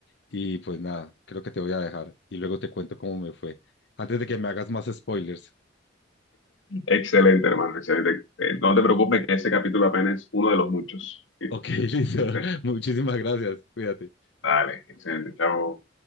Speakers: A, on the left; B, on the left.
A: y pues nada, creo que te voy a dejar y luego te cuento cómo me fue. Antes de que me hagas más spoilers.
B: Excelente, hermano, excelente. Eh, no te preocupes que ese capítulo apenas es uno de los muchos. que-
A: Ok, <laughs> listo.
B: que esté.
A: Muchísimas gracias. Cuídate.
B: Dale, excelente, chao.